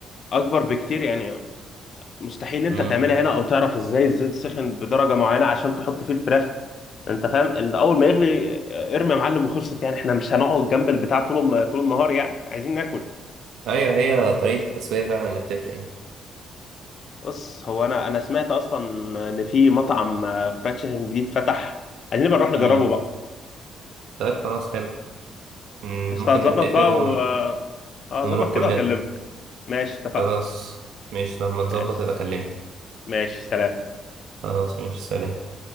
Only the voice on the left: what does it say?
اكبر بكتير يعني مستحيل انت
تعملها هنا او تعرف ازاي الزيت سخن بدرجه معينه عشان تحط فيه الفراخ انت فاهم اللي اول ما يغلي اه، ارمي يا معلم وخلصت يعني احنا مش هنقعد جنب البتاع طول الن- طول النهار يعني عايزين ناكل
بص هو انا انا سمعت اصلا ان في مطعم اه، فرايد تشيكن جديد فتح عايزين نبقى نروح نجربه
بقى
بس
هتظبط
بقى
و اه
ظبط
كده واكلمك ماشي اتفقنا
ماشي
ماشي سلام